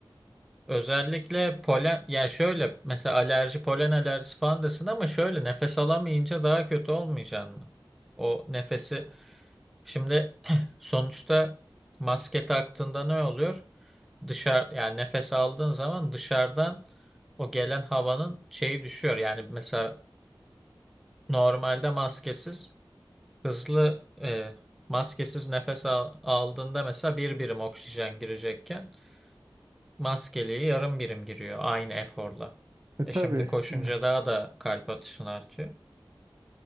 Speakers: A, in the centre; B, on the right.
A: Özellikle polen yani şöyle mesela alerji polen alerjisi falan desin ama şöyle nefes alamayınca daha kötü olmayacaksın mı? O nefesi şimdi <clears throat> sonuçta maske taktığında ne oluyor? Dışarı yani nefes aldığın zaman dışarıdan o gelen havanın şeyi düşüyor. Yani mesela normalde maskesiz Hızlı e, maskesiz nefes al- aldığında mesela bir birim oksijen girecekken maskeliği yarım birim giriyor aynı eforla.
B: E tabii.
A: E şimdi koşunca
B: Evet.
A: daha da kalp atışın artıyor.